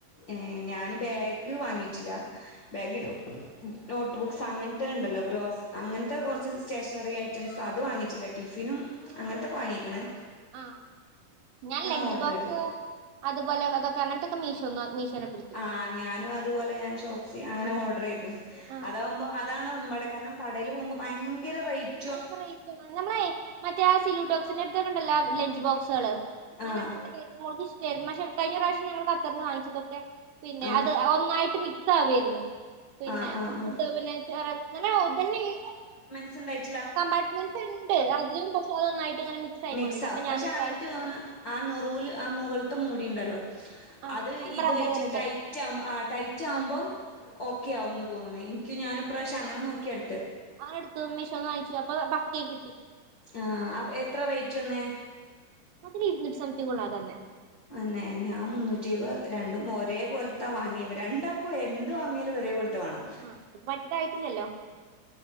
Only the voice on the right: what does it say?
ആഹ്
ആഹ് ഞാൻ ലഞ്ച്
ബോക്സ്
അതുപോലെ അതൊക്കെ അങ്ങനത്തൊക്കെ മീഷോന്ന് മീഷോനെ പിടിച്ചു
ആഹ്
ഭയങ്കര റേറ്റ് നമ്മളെ മറ്റേ സിലൂട്ടോക്സിന്റെ ട് ത്തോക്കെണ്ടല്ലോ ലഞ്ച് ബോക്സുകള്
ഞാൻ അങ്ങൻത്തെ ടൈപ് മോൾക്ക്‌ ഇഷ്ടായിരുന്നു പക്ഷെ കഴിഞ്ഞ പ്രാവശ്യം ഞങ്ങള് കത്തർന്ന് വാങ്ങിച്തൊക്കെ പിന്നെ
അത് ഒന്നായ്ട്ട് മിക്സ് ആവെര്ന്ന് പിന്നെ
ഫുഡ്
<unintelligible>
കമ്പാർട്ട്മെന്റ്സ് ഉണ്ട് അതിലും പക്ഷെ അത് നന്നായിട്ട് ഇങ്ങനെ ആയിക്കൊണ്ടിരുന്നു
അപ്പൊ
ഞാൻ ഇപ്രാവശ്യം
ആ
അയിമ്മെ
റബ്ബർ വര്ണ്ട്
ആ
അഹ് എടുത്തു മീഷോന്ന് വാങ്ങിച്ചു അപ്പൊ പക്കയി കിട്ടി
അതില് ഇരുന്നൂറ്റി സംതിങ് ഉള്ളാത തന്നെ
അഹ് ആപ്പ പറ്റതായിട്ടില്ലല്ലോ